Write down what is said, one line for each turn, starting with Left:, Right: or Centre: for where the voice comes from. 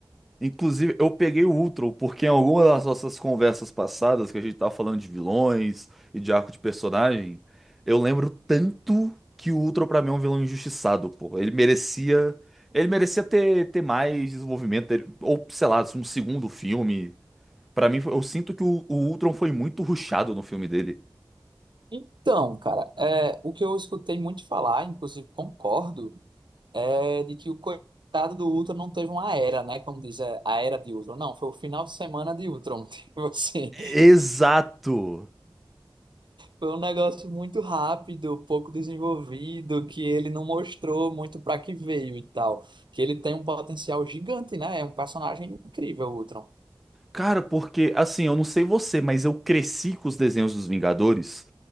Centre: Inclusive, eu peguei o Ultron, porque em alguma das nossas conversas passadas, que a gente tava falando de vilões e de arco de personagem, eu lembro tanto que o Ultron pra mim é um vilão injustiçado, pô. Ele merecia, ele merecia ter, ter mais desenvolvimento, ter- ou sei lá, um segundo filme. Pra mim, eu sinto que o, o Ultron foi muito rushado no filme dele.
Right: Então, cara, é, o que eu escutei muito falar, inclusive concordo, é de que o coitado do Ultron não teve uma era, né? Como diz, é, a era de Ultron. Não, foi o final de semana de Ultron, <laughs> tipo assim.
Centre: Exato!
Right: Foi um negócio muito rápido, pouco desenvolvido, que ele não mostrou muito para que veio e tal. Que ele tem um potencial gigante, né? É um personagem incrível, o Ultron.
Centre: Cara, porque assim, eu não sei você, mas eu cresci com os desenhos dos Vingadores.